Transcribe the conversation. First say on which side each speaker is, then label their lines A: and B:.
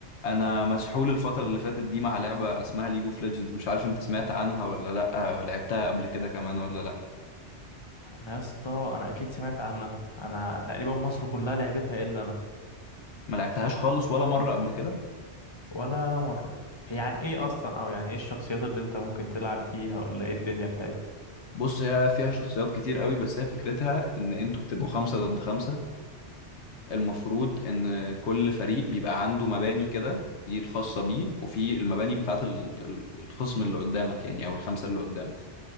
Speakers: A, on the left; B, on the left.
A: انا مسحول الفتره اللي فاتت دي مع لعبه اسمها ليج اوف ليجندز مش عارف انت سمعت عنها ولا لا ولعبتها قبل كده كمان ولا لا
B: انا يا اسطى انا اكيد سمعت عنها انا تقريبا مصر كلها لعبتها الا انا
A: ما لعبتهاش خالص ولا مره قبل كده
B: ولا مره هي عن ايه اصلا او يعني ايه الشخصيات اللي انت ممكن تلعب بيها ولا ايه الدنيا بتاعتها
A: بص هي فيها شخصيات كتير قوي بس هي فكرتها ان انتوا بتبقوا خمسة ضد خمسة المفروض ان كل فريق بيبقى عنده مباني كده دي الخاصة بيه وفي المباني بتاعت ال- ال- الخصم اللي قدامك يعني او الخمسة اللي قدامك